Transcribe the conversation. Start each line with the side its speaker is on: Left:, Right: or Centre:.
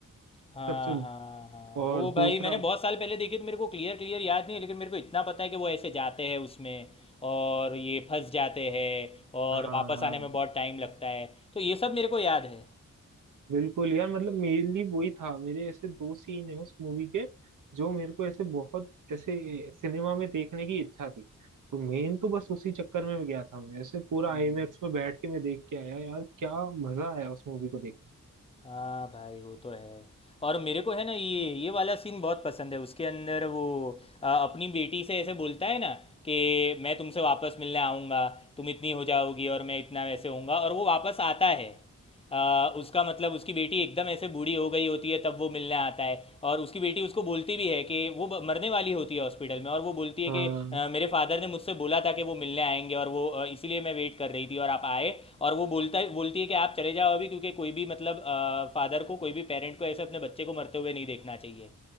Left: हाँ
Right: सबसे
Left: हाँ हाँ
Right: और
Left: वो भाई
Right: दूसरा
Left: मैंने बहुत साल पहले देखी तो मेरे को क्लियर क्लियर याद नहीं है, लेकिन मेरे को इतना पता है कि वो ऐसे जाते हैं उसमें और ये फंस जाते हैं और
Right: हाँ
Left: वापस आने में बहुत टाइम लगता है तो ये सब मेरे को याद है
Right: बिल्कुल यार मतलब मेनली वही था मेरे ऐसे दो सीन है उस मूवी के जो मेरे को ऐसे बहुत ऐसे सिनेमा में देखने की इच्छा थी तो मेन तो बस उसी चक्कर में गया था मैं ऐसे पूरा
Left: हाँ।
Right: आईमैक्स में बैठ के मैं देख के आया यार क्या मजा आया उस मूवी को देखने
Left: हाँ भाई वो तो है और मेरे को है ना ये ये वाला सीन बहुत पसंद है उसके अंदर वो आ, अपनी बेटी से ऐसे बोलता है ना कि मैं तुमसे वापस मिलने आऊँगा तुम इतनी हो जाओगी और मैं इतना वैसे होऊंगा और वो वापस आता है आ, उसका मतलब उसकी बेटी एकदम ऐसे बूढ़ी हो गई होती है तब वो मिलने आता है और उसकी बेटी उसको बोलती भी है कि वो ब- मरने वाली होती है हॉस्पिटल में और वो बोलती है
Right: हाँ
Left: कि "अ, मेरे फादर ने मुझसे बोला था कि वो मिलने आएंगे और वो अ, इसीलिए मैं वेट कर रही थी और आप आए और वो बोलता बोलती है कि आप चले जाओ अभी क्योंकि कोई भी मतलब आ, फादर को कोई भी पेरेंट को ऐसे अपने बच्चे को मरते हुए नहीं देखना चाहिए